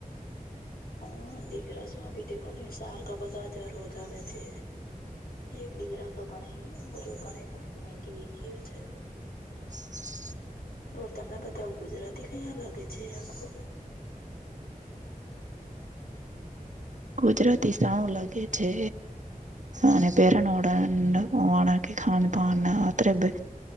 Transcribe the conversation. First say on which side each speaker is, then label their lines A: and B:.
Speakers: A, on the left (about 90°); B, on the right (about 55°).
A: હા દેખ રહ છું અભી દખો નને સાર કા બધા હજાર હોજા વેસે એક ડીકરા કો ભણાઈ બધુ ગને ગી ગી છે
B: <inaudible>
A: ઓ તમે બતાવ ગુજરાતી ક્યા લાગે છે આપકો
B: ગુજરાતી શાવ લાગે છે અને પેરન ઉડ વાળકી ખાનપાન બરોબર